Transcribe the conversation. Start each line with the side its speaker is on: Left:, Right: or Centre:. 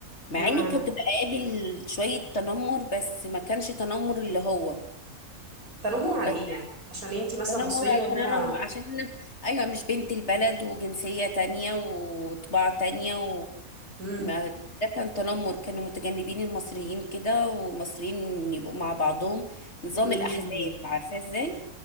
Right: بمعنى
Left: مع إنك كنت بقابل شوية تنمر بس ما كانش تنمر اللي هو
Right: تنمر عن
Left: بس
Right: ايه يعني عشان انتي مثلا
Left: تنمر
Right: مصرية
Left: عشان
Right: وهما
Left: انا م- عشان أنا ايوه مش بنت البلد وجنسية تانية وطباع تانية
Right: امم
Left: وما ده كان تنمر كانوا متجنبين المصريين كده والمصريين يبقوا مع بعضهم نظام
Right: امم
Left: الاحزاب عارفة ازاي